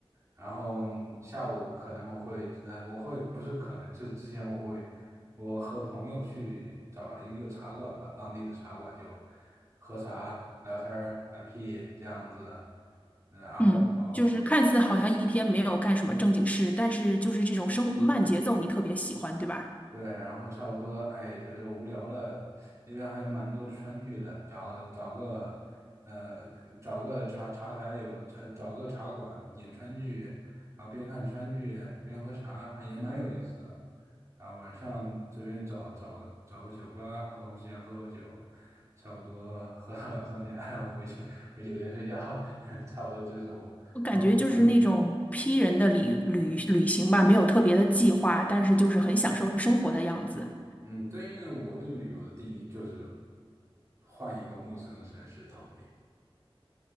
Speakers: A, on the right; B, on the left.
A: 然后下午可能我会呃我会不是可能就是之前我会我和朋友去找了一个茶馆吧，当地的茶馆就喝茶聊天儿打屁这样子，然后熬。
B: 嗯。就是看似好像一天没有干什么正经事，但是就是这种生慢节奏你特别喜欢，对吧？
A: 对，然后差不多，哎，觉得无聊了，那边还有蛮多的川剧的，找找个，呃，找个茶茶台有找找个茶馆演川剧，然后边看川剧边喝茶，还也蛮有意思的。然后晚上随便找找个找个酒吧，朋友之间喝喝酒，差不多喝到两三点，然后回去回酒店睡觉，<laughs> 差不多就是我们我出
B: 我感觉就是那种 P 人的旅旅旅行吧，没有特别的计划，但是就是很享受生活的样子。
A: 嗯，对，因为我对旅游的定义就是换一个陌生的城市躺平，